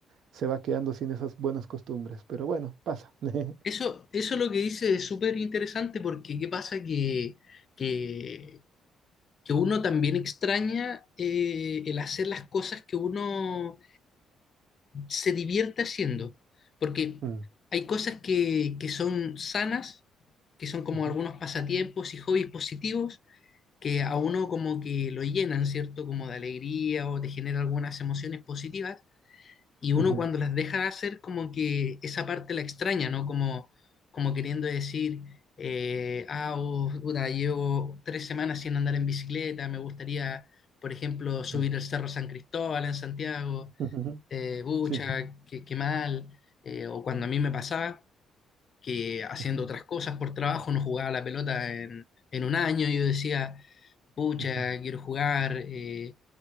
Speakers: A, on the right; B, on the left.
A: se va quedando sin esas buenas costumbres, pero bueno, pasa. <laughs>
B: Eso, eso lo que dice es súper interesante porque qué pasa que, que, que uno también extraña eh, el hacer las cosas que uno se divierte haciendo, porque
A: Mm,
B: hay cosas que, que son sanas, que son como
A: ujú,
B: algunos pasatiempos y hobbies positivos, que a uno como que lo llenan, ¿cierto? Como de alegría o te genera algunas emociones positivas, y uno
A: ujú.
B: cuando las deja hacer como que esa parte la extraña, ¿no? Como, como queriendo decir, eh, ah, oh, puta, llevo tres semanas sin andar en bicicleta, me gustaría, por ejemplo, subir
A: Mm, ujú,
B: el Cerro San Cristóbal en Santiago,
A: <laughs>
B: eh, bucha,
A: Sí.
B: qué, qué mal, eh, o cuando a mí me pasaba que haciendo
A: ujú,
B: otras cosas por trabajo no jugaba la pelota en, en un año. Y Yo decía, pucha,
A: ujú,
B: quiero jugar, eh,